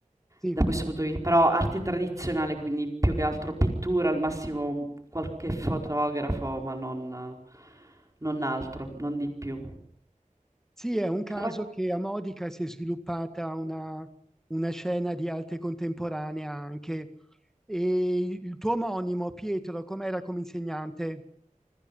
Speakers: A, in the centre; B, on the right.
A: Sì.
B: da questo punto di vi però arte tradizionale, quindi più che altro pittura, al massimo un qualche fotografo, ma non non altro, non di più.
A: Sì, è un caso
B: Rac
A: che a Modica si è sviluppata una, una scena di arte contemporanea anche. E il tuo omonimo, Pietro, com'era come insegnante?